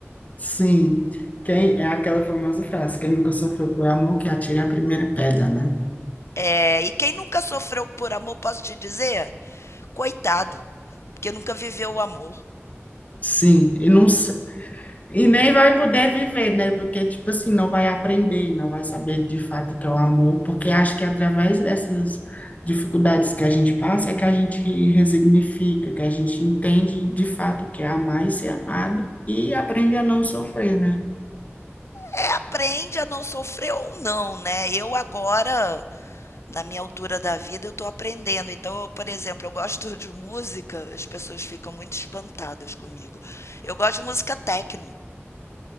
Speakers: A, on the left (about 35°); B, on the left (about 70°).
A: Sim, quem, é aquela famosa frase, quem nunca sofreu por amor, que atire a primeira pedra, né?
B: É, e quem nunca sofreu por amor, posso te dizer, coitado, porque nunca viveu o amor.
A: Sim, e não, E nem vai poder viver, né? Porque, tipo assim, não vai aprender, não vai saber de fato o que é o amor, porque acho que é através dessas dificuldades que a gente passa é que a gente resignifica, que a gente entende de fato o que é amar e ser amado e aprende a não sofrer, né?
B: É, aprende a não sofrer ou não, né? Eu agora, na minha altura da vida, eu tô aprendendo. Então, eu, por exemplo, eu gosto de música, as pessoas ficam muito espantadas comigo. Eu gosto de música techno,